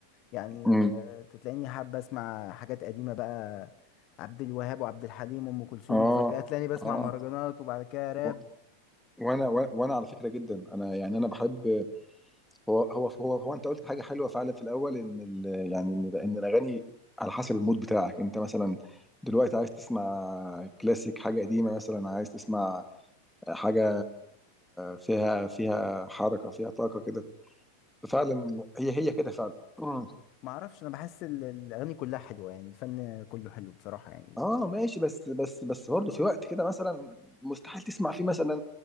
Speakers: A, on the left (about 40°); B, in the centre.
A: يعني
B: امم
A: آه، تلاقيني حابة اسمع حاجات قديمة بقى عبد الوهاب وعبد الحليم وام كلثوم
B: اه
A: وفجأة تلاقيني بسمع
B: اه
A: مهرجانات وبعد كده راب
B: و- وانا و- وانا على فكره جدا انا يعني انا بحب هو هو هو, هو انت قلت حاجه حلوه فعلا في الاول ان ال يعني ان ان الاغاني على حسب المود بتاعك انت مثلا دلوقتي عايز تسمع كلاسيك حاجه قديمه مثلا عايز تسمع حاجة فيها فيها حركة فيها طاقة كده ففعلا هي هي كده فعلا مم.
A: ما اعرفش انا بحس ال- الاغاني كلها حلوة يعني الفن كله حلو بصراحة يعني
B: اه ماشي بس بس بس برضه في وقت كده مثلا مستحيل تسمع فيه مثلا